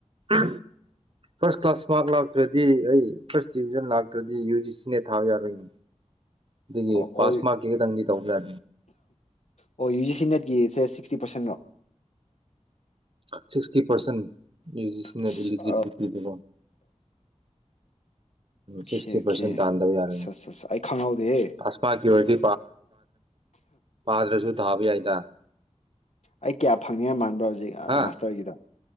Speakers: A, on the right; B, on the left.
A: ꯀ꯭ꯂꯥꯁ ꯐꯁ ꯀ꯭ꯂꯥꯁ ꯏꯁ ꯃꯥꯔ ꯂꯥꯛꯇ꯭ꯔꯗꯤ ꯑꯩ ꯐꯥꯔꯁ ꯗꯤꯕꯤꯖꯟ ꯂꯥꯛꯇ꯭ꯔꯗꯤ ꯌꯨ ꯖꯤ ꯁꯤꯅꯦ ꯊꯥꯕ ꯌꯥꯔꯣꯏꯅꯦ ꯑꯗꯨꯒꯤ
B: ꯑꯣ
A: ꯄꯥꯁꯃꯔꯛꯀꯤ ꯇꯪꯗꯤ ꯇꯧꯕ ꯌꯥ
B: ꯑꯣ ꯌꯨ ꯖꯤ ꯁꯤ ꯅꯦꯠꯀꯤꯁꯦ ꯁꯤꯛꯁꯇꯤ ꯄꯥꯔꯁꯦꯟꯔꯣ
A: ꯁꯤꯛꯁꯇꯤ ꯄꯔꯁꯦꯟ <unintelligible> <unintelligible>
B: ꯑꯁ ꯑꯣꯀꯦ
A: ꯁꯤꯛꯁꯇꯤ
B: ꯑꯣꯀꯦ
A: ꯄꯥꯔꯁꯦꯟ ꯇꯥꯟꯗꯕ ꯌꯥꯔꯅꯤ
B: ꯑꯁ ꯑꯩ ꯈꯪꯍꯧꯗꯦꯍꯦ
A: ꯄꯥꯁꯃꯥ ꯀ꯭ꯌꯣꯔꯤꯇꯤ ꯄꯥꯗ꯭ꯔꯁꯨ ꯊꯕ ꯌꯥꯏꯗ
B: ꯑꯩ ꯀꯌꯥ ꯐꯪꯅꯤꯉ ꯃꯥꯟꯕ꯭ꯔꯣ ꯍꯧꯖꯤꯛ
A: ꯍꯥ
B: ꯃꯥꯁꯇꯔꯒꯤꯗ